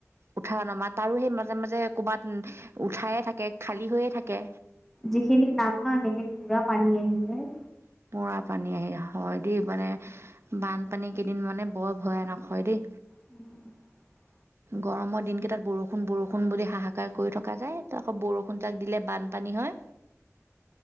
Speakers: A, on the right; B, in the centre.
A: উঠা নমা। তাৰো সেই মাজে, মাজে ক'ৰবাত উঠায়ে থাকে, খালী হৈয়ে থাকে।
B: যিখিনি নামা সেইখিনি পুৰা পানী আহি যায়।
A: <inaudible> পানী আহি হয়, দেই মানে বানপানী কিদিন মানে বৰ ভয়ানক হয়, দেই।
B: <inaudible>
A: গৰমৰ দিনকিটাত বৰষুণ, বৰষুণ বুলি হাহাকাৰ কৰি থকা যায় আকৌ বৰষুণজাক দিলে বানপানী হয়,